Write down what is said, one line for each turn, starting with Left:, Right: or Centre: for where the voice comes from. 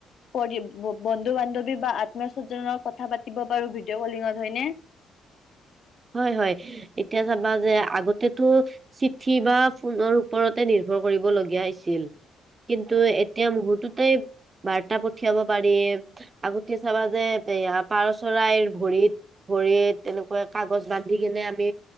Left: পৰি বন্ধু বান্ধৱী বা আত্মীয়স্বজ্জনৰ কথা পাতিব পাৰো ভিডিঅ' কলিঙত হয়নে।
Right: হয় হয় এতিয়া চাবা যে আগতেটো চিঠি বা ফোনৰ ওপৰতে নিৰ্ভৰ কৰিব লগীয়া হৈছিল কিন্তু এতিয়া মুহুৰ্ততেই বাৰ্তা পঠিয়াব পাৰি আগতে চাবা যে এয়া পাৰ চৰাইৰ ভৰিত ভৰিত এনেকুৱাত। কাগজ বান্ধি কেনে আমি